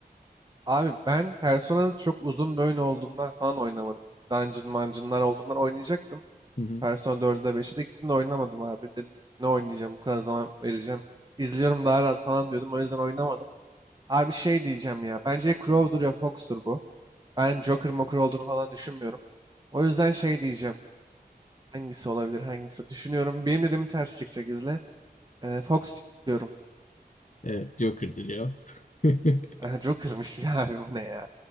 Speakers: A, on the right; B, on the left.
A: Abi ben Persona çok uzun bir oyun olduğundan falan oynamadım. Dungeon mancınlar olduğundan oynayacaktım.
B: Hı hı.
A: Persona 4'ü de 5'i de ikisini de oynamadım abi. Dedim ne oynayacağım bu kadar zaman vereceğim. İzliyorum daha rahat falan diyordum. O yüzden oynamadım. Abi şey diyeceğim ya. Bence ya Crow'dur ya Fox'tur bu. Ben Joker Moker olduğunu falan düşünmüyorum. O yüzden şey diyeceğim. Hangisi olabilir hangisi? Düşünüyorum. Benim dediğim ters çıkacak izle. Ee, Fox diyorum.
B: Evet Joker'dı cevap. <laughs>
A: Ee, Joker'mış <laughs> ya abi bu ne ya?